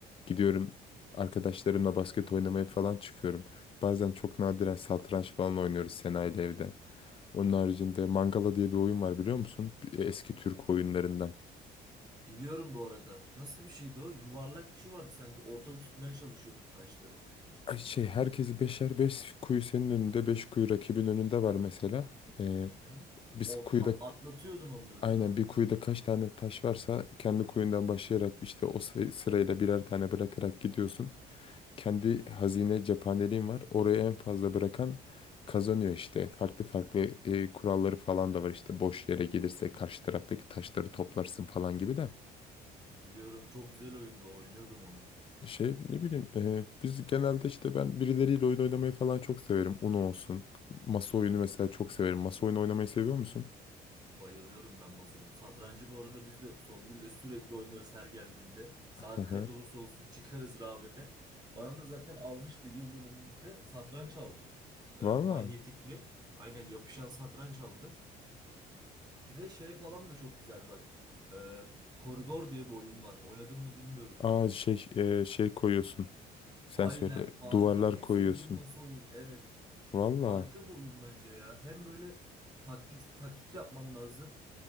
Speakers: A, on the left; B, on the right.
A: gidiyorum Arkadaşlarımla basket oynamaya falan çıkıyorum. Bazen çok nadiren satranç falan oynuyoruz Sena ile evde. Onun haricinde Mangala diye bir oyun var biliyor musun? Eski Türk oyunlarından.
B: Biliyorum bu arada. Nasıl bir şeydi o? Yuvarlak bir şey vardı sanki. Ortada tutmaya çalışıyordun taşları.
A: Ay Şey herkesi beşer beş kuyu senin önünde beş kuyu rakibin önünde var mesela. Ee,
B: Hı hı.
A: biz
B: Ot-
A: kuyuda
B: ha- atlatıyordun onları
A: Aynen
B: değil mi?
A: bir kuyuda kaç tane taş varsa kendi kuyundan başlayarak işte o say- sırayla birer tane bırakarak gidiyorsun. Kendi hazine cephaneliğin var. Oraya en fazla bırakan kazanıyor işte. Farklı farklı e, kuralları falan da var işte. Boş yere gelirse karşı taraftaki taşları toplarsın falan gibi de.
B: Biliyorum. Çok güzel oyunda oynuyordum onu.
A: Şey ne bileyim e, biz genelde işte ben birileriyle oyun oynamayı falan çok severim. Uno olsun. Masa oyunu mesela çok severim. Masa oyunu oynamayı seviyor musun?
B: Bayılıyorum ben masa oyunu. Satrancı bu arada biz de Songül'le sürekli oynarız her geldiğinde. Saat
A: Hı hı.
B: kaç olursa olsun çıkarız rağbete. Bana da zaten almıştı yıl dönümümüzde satranç aldı. Ee,
A: Valla.
B: manyetikli. Aynen yapışan satranç aldı. Bir de şey falan da çok güzel bak. Ee, Koridor diye bir oyun var. Oynadın mı bilmiyorum.
A: Aa şey e, şey koyuyorsun. Sen
B: Aynen
A: söyle.
B: harika.
A: Duvarlar
B: En
A: koyuyorsun.
B: sevdiğim masa oyun. Evet.
A: Valla.
B: Harika bir oyun bence ya. Hem böyle taktik taktik yapman lazım.